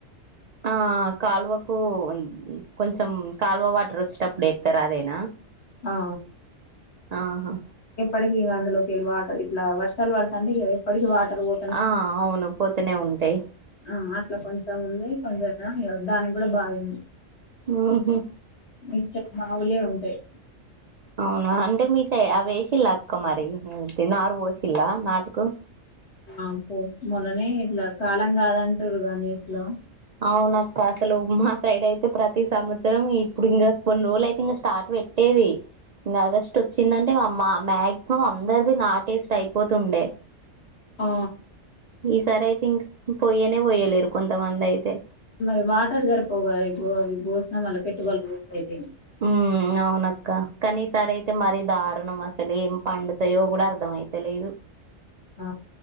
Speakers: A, on the right; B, on the left.
A: ఆ కాలువకు కొంచెం కాలువ వాటర్ వచ్చేటప్పుడు ఏత్తరు అదేనా
B: ఆ ఆ
A: ఆహా
B: ఎప్పటికి అందులోకి వెళ్ళి వాటర్ ఇట్లా వర్షాలు పడుతాంటే ఇగ ఎప్పటికీ వాటర్ పో
A: ఆ అవును పోతూనే ఉంటాయి
B: ఆ అట్లా కొంచెం ఉంది కొంచెం దానికి కూడా బాయి ఉంది
A: ఆహా
B: ఇటు సైడ్ బావిలే ఉంటాయి
A: అవునా అంటే మీసై అ వేసిల్లా లాక్కు మరి నారు పోసిల్లా నాటుకు,
B: ఆ పో మొన్నని ఇట్లా కాలం కాదంటురుగా న్యూస్ లో
A: అవును అక్క అసలు మా సైడ్ అయితే ప్రతి సంవత్సరం ఇప్పుడు ఇంకా కొన్ని రోజులు అయితే ఇంక స్టార్ట్ పెట్ ఏది ఇంకా ఆగస్ట్ వచ్చిందంటే మా మా మాక్సిమం అందరిది నాటు వేసి అయిపోతుండే
B: ఆ,
A: ఈసారి అయితే ఇం పోయనే పోయలేరు కొంతమంది అయితే
B: మరి వాటర్ సరిపోదు ఇవి వేసిన పెట్టుబడి వేస్ట్ అయితే
A: ఉం అవునక్క కానీ ఈసారి అయితే మరి దారుణం అసలు ఏం పండుతాయో కూడా అర్ధ అయితే లేదు.
B: ఆ